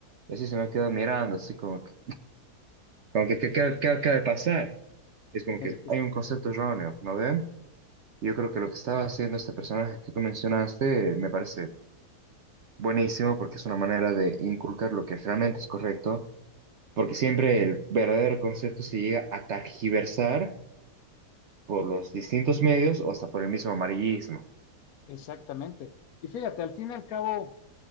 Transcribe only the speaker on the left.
¿De
qué?
es?
Exactamente. Y fíjate, al fin y al cabo,